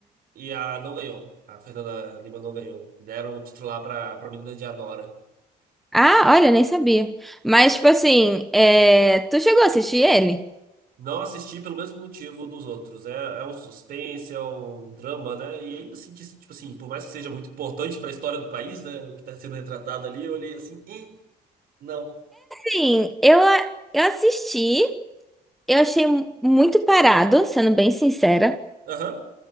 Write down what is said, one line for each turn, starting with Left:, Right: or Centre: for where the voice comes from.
Right: e a não ganhou. A Fernanda Lima não ganhou. Deram o título lá pra, pra menina de Anora.
Centre: Ah, olha, nem sabia. Mas, tipo assim, é, tu chegou a assistir ele?
Right: Não assisti pelo mesmo motivo dos outros. É, é um suspense, é um drama, né? E ainda assim, que, tipo assim, por mais que seja muito importante para a história do país, né? O que está sendo retratado ali, eu olhei assim, e não.
Centre: Sim, eu, a- eu assisti, eu achei mu- muito parado, sendo bem sincera.
Right: Aham,